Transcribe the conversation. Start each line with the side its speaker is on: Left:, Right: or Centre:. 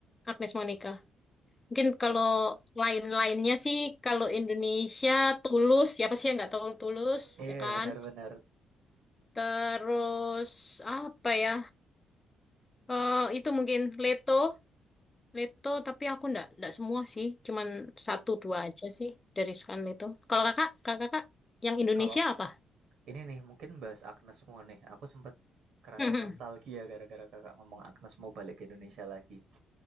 Left: Agnes Monica. Mungkin kalau lain-lainnya sih, kalau Indonesia Tulus, siapa sih yang nggak tahu Tulus,
Right: Iya,
Left: ya kan?
Right: yeah, benar-benar.
Left: Terus apa ya? Eh itu mungkin Leto, Leto. Tapi aku nggak nggak semua sih, cuman satu dua aja sih dari sukan Leto. Kalau kakak, kakak, kakak yang Indonesia
Right: Kalau
Left: apa? <laughs>
Right: ini nih mungkin bahas Agnes Mo nih. Aku sempat kerasa
Left: Mhm.
Right: nostalgia gara-gara kakak ngomong Agnes mau balik ke Indonesia lagi.